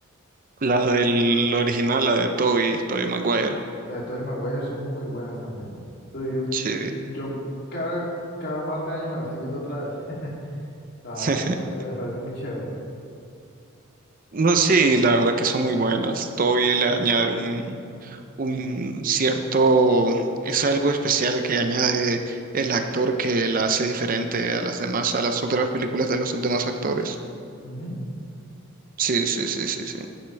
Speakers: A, on the right (about 40°); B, on the left (about 50°).
A: La del original, la de Toby, Toby Maguire.
B: Las de Tobey Maguire son muy buenas también. Entonces, yo,
A: Sí.
B: yo cada, cada par de años me la estoy viendo otra vez. <laughs> O sea,
A: <laughs>
B: me, me parece muy chévere.
A: No, sí, la verdad que son muy buenas. Toby le añade un, un cierto, es algo especial que añade el actor que la hace diferente a las demás, a las otras películas de los demás actores.
B: Ujú.
A: Sí, sí, sí, sí, sí.